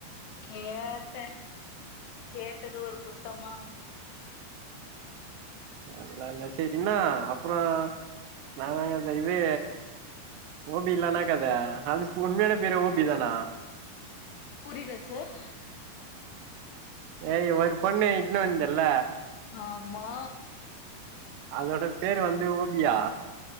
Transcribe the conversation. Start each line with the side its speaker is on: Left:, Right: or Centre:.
Left: கேட்டே கேட்டது ஒரு குத்தமா
Right: அல்லா இல்ல சேரி இன்னா அப்றோ நா தா கத தே ஓபி இலானா கத அதுக்கு உண்மையானப் பேரே ஓபிதானா
Left: புரில சார்
Right: ஏயி ஒரு பொண்ணு இட்னு வந்தல்ல
Left: ஆம்மா
Right: அதோட பேரு வந்து ஓபியா